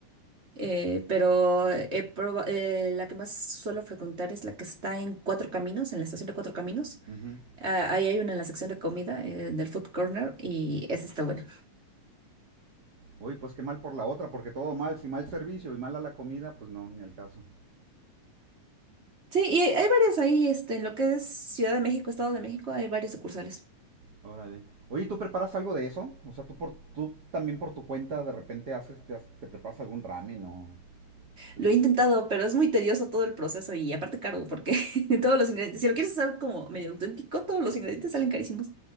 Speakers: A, on the right; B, on the right.
A: Eh, pero he proba- eh, la que más suelo frecuentar es la que está en Cuatro Caminos, en la estación de Cuatro Caminos.
B: ujú.
A: Ah, ahí hay una en la sección de comida, eh, en el food corner, y esa está buena.
B: Uy, pues qué mal por la otra, porque todo mal, si mal servicio y mala la comida, pues no, ni al caso.
A: Sí, y hay varias ahí, este, en lo que es Ciudad de México, Estado de México, hay varias sucursales.
B: Órale. Oye, ¿tú preparas algo de eso? O sea, tú por, tú también por tu cuenta de repente haces, te, has- te preparas algún ramen o algún...
A: Lo he intentado, pero es muy tedioso todo el proceso y aparte caro, porque <laughs> todos los ingredientes, si lo quieres hacer como medio auténtico, todos los ingredientes salen carísimos.